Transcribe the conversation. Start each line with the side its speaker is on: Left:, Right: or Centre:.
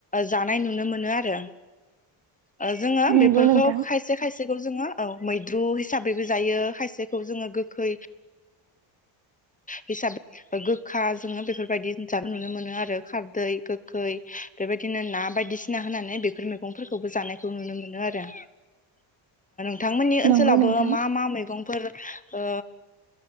Left: जानाय नुनो मोनो आरो? जोङो
Right: नंगौ
Left: बेफोरखौ
Right: नोंथां।
Left: खायसे खायसेखौ जोङो औ मैद्रु हिसाबै बो जायो खायसेखौ जोङो गोखै हिसाबै गोखा जोङो बेफोरबायदि जानाय नुनो मोनो आरो खारदै गोखै बेबायदिनो ना बायदिसिना होनानै बेफोर मैगंफोरखौबो जानायखौ नुनो मोनो आरो। बिथांमोननि ओनसोलावबो
Right: नंगौ नोंथां
Left: मा मा मैगंफोर ओ